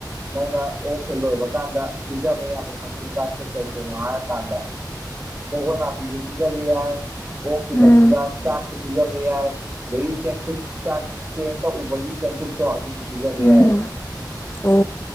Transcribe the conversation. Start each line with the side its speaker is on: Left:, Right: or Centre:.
Right: ꯅꯪꯅ ꯑꯣꯛꯁꯦ ꯂꯣꯏꯕ ꯀꯥꯟꯗ ꯄꯤꯖꯕ ꯌꯥꯕ ꯃꯆꯤꯟꯖꯥꯛꯁꯦ ꯀꯩ ꯀꯩꯅꯣ ꯍꯥꯏꯔꯀꯥꯟꯗ ꯀꯣꯕꯣꯅꯥꯄꯤꯖꯨ ꯄꯤꯖꯕ ꯌꯥꯏ ꯑꯣꯛꯀꯤ
Left: ꯎꯝ
Right: ꯃꯆꯤꯟꯖꯥꯛ ꯆꯥꯛꯁꯨ ꯄꯤꯖꯕ ꯌꯥꯏ ꯑꯗꯨꯗꯒꯤ ꯆꯦꯡꯀꯨꯞ ꯆꯥꯛ ꯆꯦꯡ ꯇꯛꯎ ꯃꯣꯏꯒꯤ ꯆꯦꯡꯀꯨꯞꯇꯣ ꯑꯗꯨꯁꯨ ꯄꯤꯖꯕ ꯌꯥꯏꯑꯕ
Left: ꯎꯝ ꯑꯣ